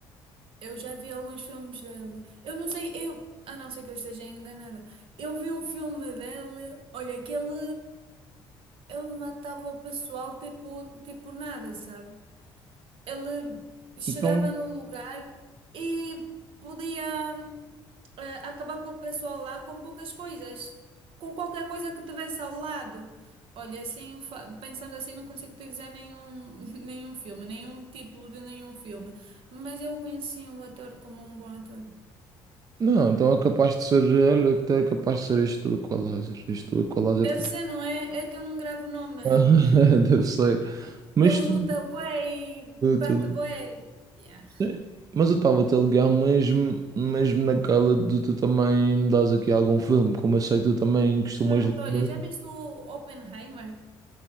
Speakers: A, on the right; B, on the right.
A: Eu já vi alguns filmes dele. Eu não sei, eu, a não ser que eu esteja enganada. Eu vi um filme dele, olha, que ele, ele matava o pessoal tipo, tipo nada, sabe? ele chegava
B: Então,
A: no lugar e podia eh, acabar com o pessoal lá com poucas coisas, com qualquer coisa que tivesse ao lado. Olha, assim, fa- pensando assim, não consigo te dizer nenhum, <laughs> nenhum filme, nenhum título de nenhum filme, mas eu conheci o ator como um bom ator.
B: Não, então é capaz de ser, olha, então é capaz de ser este do Equalizer. Este do Equalizer
A: Deve
B: tá.
A: ser, não é? É que eu não gravo o nome.
B: <laughs> Deve
A: <laughs>
B: ser. Mas
A: Ele
B: tudo,
A: luta bué e bate
B: tudo.
A: bué. Yeah.
B: Sim. Mas eu estava a te ligar mesmo, mesmo naquela de tu também me dás aqui algum filme, como eu sei que tu também costumas
A: Pronto,
B: ler.
A: olha, já viste o Oppenheimer?